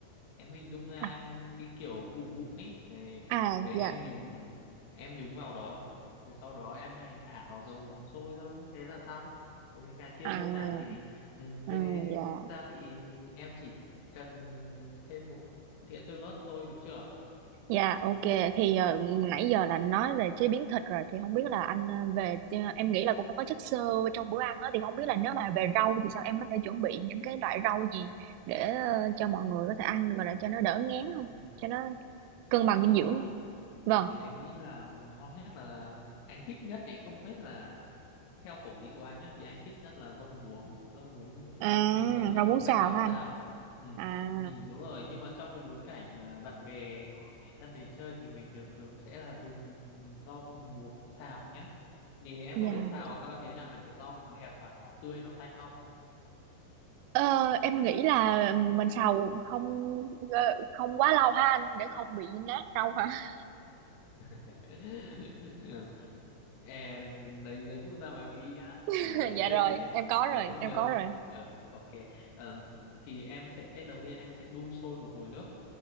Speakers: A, on the left; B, on the right.
A: em hình dung ra
B: à
A: cái kiểu vụn vụn ấy Đấy,
B: à
A: đấy,
B: dạ
A: em nhúng ừ, em nhúng vào đó rồi sau đó em này thả vào dầu sôi thôi thế là xong thì với gà chiên
B: à,
A: đơn giản thì ừ, về
B: à dạ
A: gia vị em chỉ cần thêm một đĩa tương ớt thôi được chưa
B: Dạ ok thì ờ,
A: ừ.
B: nãy giờ là nói về chế biến thịt rồi thì không biết là anh ờ, về ờ, em nghĩ là cũng phải có chất xơ trong bữa ăn đó thì không biết là nếu mà về rau thì sao em có thể chuẩn bị những cái loại rau gì để ờ, cho mọi người có thể ăn được rồi để cho nó đỡ ngán không
A: Ừ.
B: cho nó cân bằng dinh
A: rau
B: dưỡng
A: à
B: không? Vâng
A: thì anh nghĩ là ngon nhất là anh thích nhất ý không biết là theo khẩu vị của anh nhá thì anh thích nhất là rau muống rau muống
B: à
A: mình có thể nấu
B: rau muống xào
A: canh hoặc
B: hả
A: xào
B: anh
A: ừ,
B: à
A: nhìn đúng rồi nhưng mà trong cái bối cảnh mà bạn bè hoặc người thân đến chơi thì mình thường thường sẽ là dùng rau muống xào nhá thì em
B: dạ
A: có biết xào sao thế nào để cho rau nó đẹp và nó tươi nó xanh không
B: Ờ, em nghĩ là mình xào không ờ, không quá lâu ha anh để không bị nát rau hả
A: <laughs> Ừ, e- lấy giấy bút ra mà ghi nhá
B: <laughs>
A: à, đầu
B: dạ
A: tiên
B: rồi
A: này
B: em có
A: nếu
B: rồi
A: không
B: em
A: nhớ
B: có rồi
A: ờ ok Ờm, thì em sẽ đầu tiên em sẽ đun sôi một nồi nước